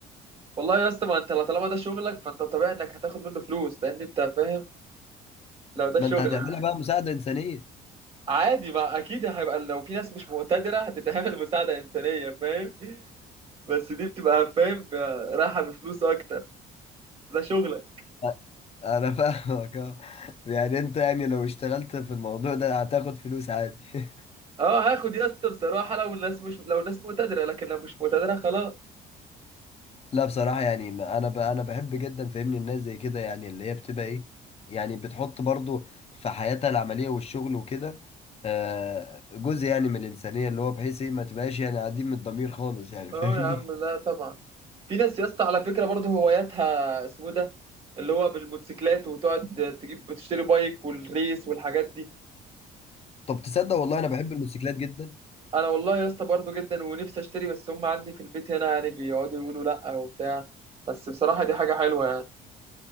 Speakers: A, on the right (about 35°); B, on the left (about 35°).
A: والله يا اسطى ما انت طالما ده شغلك فانت طبيعي انك هتاخد منه فلوس لان انت فاهم لو ده
B: ما
A: شغلك
B: انت هتعملها بقى مساعدة إنسانية
A: عادي ما اكيد هيبقى لو في ناس مش مقتدره هتتعمل مساعده انسانيه فاهم بس دي بتبقى فاهم رايحه بفلوس اكتر ده شغلك
B: <laughs> انا <laughs> فاهمك اه يعني انت يعني لو اشتغلت في الموضوع ده هتاخد فلوس عادي <laughs>
A: اه هاخد يا اسطى بصراحه لو الناس مش لو الناس مقتدره لكن لو مش مقتدره خلاص
B: لا بصراحة يعني ما- انا ب... انا بحب جدا فاهمني الناس زي كده يعني اللي هي بتبقى ايه يعني بتحط برضو في حياتها العملية والشغل وكده آه، جزء يعني من الإنسانية اللي هو بحيث ايه ما تبقاش يعني قاعدين من الضمير خالص يعني
A: اه
B: <laughs> فاهمني
A: يا عم لا طبعا في ناس يا اسطى على فكره برضه هواياتها اسمه ده اللي هو بالموتوسيكلات وتقعد تجيب تشتري بايك والريس والحاجات دي
B: طب تصدق والله انا بحب الموتوسيكلات جدا
A: انا والله يا اسطى برضه جدا ونفسي اشتري بس هم عندي في البيت هنا يعني بيقعدوا يقولوا لا وبتاع بس بصراحه دي حاجه حلوه يعني